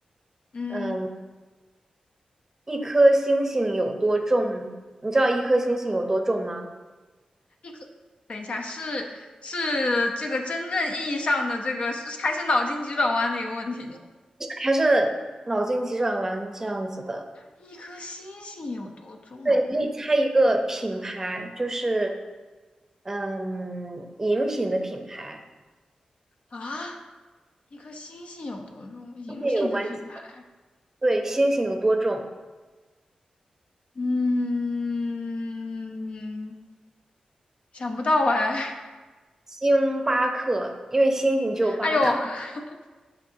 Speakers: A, on the left; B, on the right.
A: 嗯，
B: 嗯，一颗星星有多重？你知道一颗星星有多重吗？
A: 一个等一下，是是这个真正意义上的这个，是还是脑筋急转弯的一个问题？呢？
B: 还是脑筋急转弯这样子的？
A: 一颗星星有多重
B: 对，你可以猜一个品牌，就是嗯，饮品的品牌，
A: 啊？一颗星星有多重？饮品的品牌，
B: 并且有关系。对，星星有多重？
A: 嗯，想不到哎，
B: 星巴克，因为星星只有八颗，
A: 哎呦，<laughs>